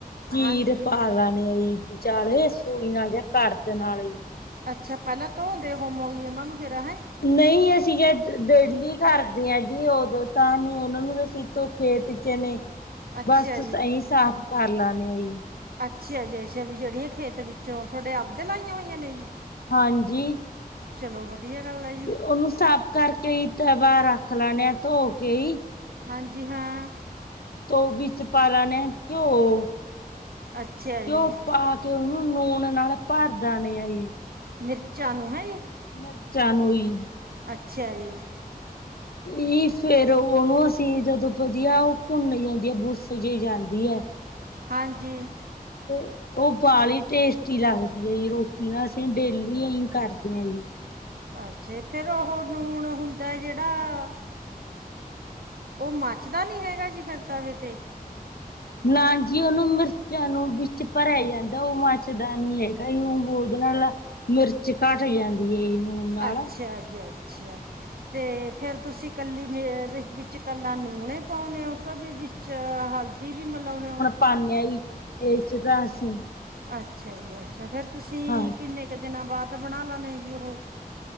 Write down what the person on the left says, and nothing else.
ਚੀਰ
ਪਾ ਲੈਣੇ ਆ ਜੀ, ਵਿਚਾਲੇ
ਸੂਈ ਨਾਲ ਜਾਂ ਕਰਦ ਨਾਲ ਜੀ।
ਨਈੰ ਅਸੀਂ ਅੱਜ ਡੇਲੀ ਕਰਦੇ ਆਂ ਜੀ ਉਦੋਂ ਤਾਂ ਨਹੀਂ ਉਹਨਾਂ ਨੂੰ ਤਾਂ ਅਸੀਂ। ਤੋਂ ਖੇਤ ਚ ਨੇ
ਬਸ
ਅਹੀਂ ਸਾਫ਼ ਕਰ ਲਾਨੇ ਆ ਜੀ।
ਹਾਂਜੀ।
ਤੇ ਉਹਨੂੰ ਸਾਫ਼ ਕਰਕੇ ਈ ਤਵਾ ਰੱਖ ਲੈਨੇ ਆ ਧੋ ਕੇ ਈ।
ਤੋਂ ਵਿੱਚ ਪਾ ਲੈਨੇ ਘਿਉ,
ਘਿਉ ਪਾ। ਤੇ ਓਨੂੰ ਲੂਣ ਨਾਲ ਭਰ ਦਾਨੇ ਆ ਜੀ।
ਮਿਰਚਾਂ ਨੂੰ ਈ।
ਏ ਫਿਰ ਉਹਨੂੰ ਅਸੀਂ ਜਦੋਂ ਵਧੀਆ ਉਹ ਭੁੰਨ ਜਾਂਦੀ ਆ, ਬੁੱਸ ਜੇ ਜਾਂਦੀ ਐ।
ਓ ਉਹ ਵਾਲੀ ਟੇਸਟੀ ਲੱਗਦੀ ਏ ਜੀ ਰੋਟੀ ਨਾ ਅਸੀਂ ਡੇਲੀ ਅਹੀਂ ਕਰਦੇ ਆਂਜੀ।
ਨਾਜੀ ਉਹਨੂੰ ਮਿਰਚਾਂ ਨੂੰ ਵਿੱਚ ਭਰਿਆ ਜਾਂਦਾ ਉਹ ਮੱਚਦਾ ਨੀ ਹੈਗਾ, ਉਹ ਬੋਦ ਨਾਲ ਮਿਰਚ ਘੱਟ ਜਾਂਦੀ ਐ ਜੀ। ਨਾਲ
ਪਾਨੇ ਆ ਜੀ ਇਹ ਚ ਤਾ ਅਸੀਂ।
ਹਾਂ